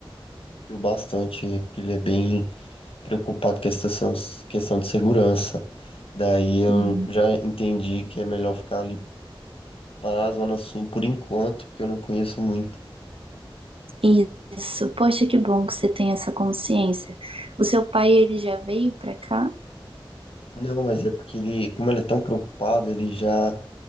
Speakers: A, on the left (about 80°); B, on the right (about 75°).
A: Eu bastante, porque ele é bem preocupado com essa questão, questão de segurança. Daí eu
B: Uhum.
A: já entendi que é melhor ficar ali para a Zona Sul por enquanto, porque eu não conheço muito.
B: Isso. Poxa, que bom que você tem essa consciência. O seu pai, ele já veio pra cá?
A: Não, mas é porque ele, como ele é tão preocupado, ele já